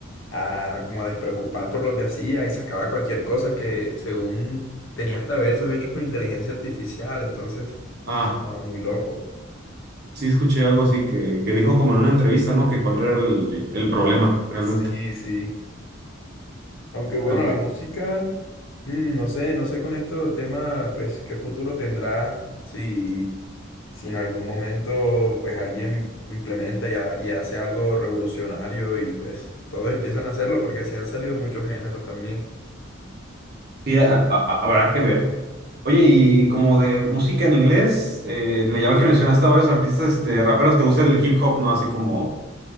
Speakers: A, on the left; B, on the right.
A: a como a despreocupar por lo que hacía y sacaba cualquier cosa que según tenía hasta versos hechos con inteligencia artificial, entonces,
B: Ah,
A: no, muy loco.
B: sí escuché algo así que, que dijo como en una entrevista, ¿no? Que cuál era el, el problema realmente.
A: Sí, sí. Aunque bueno,
B: Ok.
A: la música, mm, no sé, no sé con esto tema, pues, qué futuro tendrá, si si en algún momento pues alguien implementa y, ha- y hace algo revolucionario y pues todos empiezan a hacerlo porque así han salido muchos géneros también.
B: Sí, a- a- a- habrá que ver. Oye, y como de música en inglés, eh, me llama que mencionaste a varios artistas, este, raperos, ¿te gusta el hip hop, no? Así como,